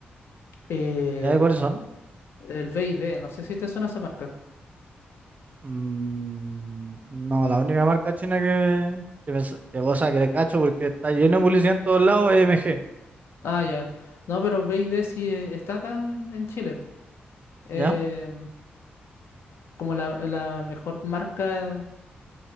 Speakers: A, on the left; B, on the right.
A: Eh,
B: ¿Ya de cuáles son?
A: el BYD, no sé si te suena esa marca.
B: Mm, no, la única marca china que, que, me s- que, o sea, que le cacho porque está lleno de publicidad en todos lados es MG,
A: Ah, ya. No, pero BYD sí eh, está acá en, en Chile. Eh,
B: ¿ya?
A: como la, la mejor marca